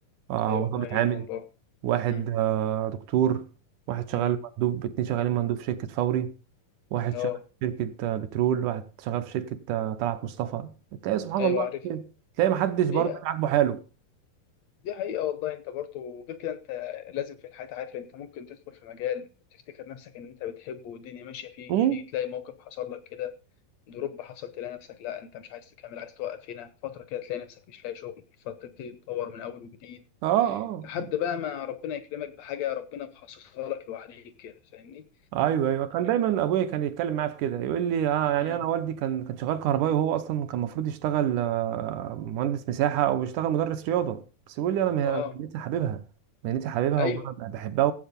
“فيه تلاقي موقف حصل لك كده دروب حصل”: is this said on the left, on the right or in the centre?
Left